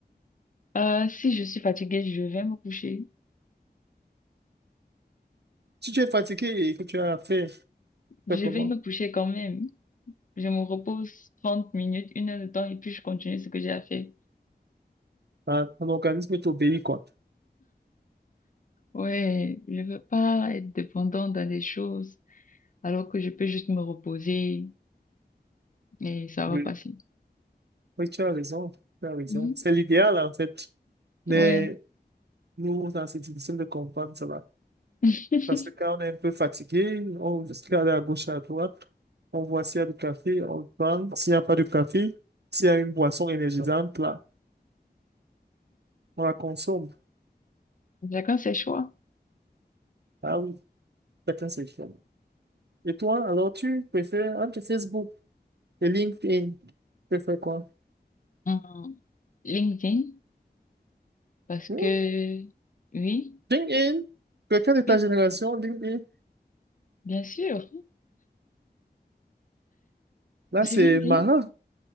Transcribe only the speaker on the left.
Euh, si je suis fatiguée, je vais me coucher.
Je
vais me coucher quand même. Je me repose 30 minutes, une heure de temps, et puis je continue ce que j'ai à faire.
Ouais, je veux pas être dépendante dans des choses alors que je peux juste me reposer et ça va
passer.
Mhm.
Ouais.
<laughs>
Chacun ses choix.
Hum, LinkedIn, parce
que oui,
oui,
bien sûr.
C'est
LinkedIn.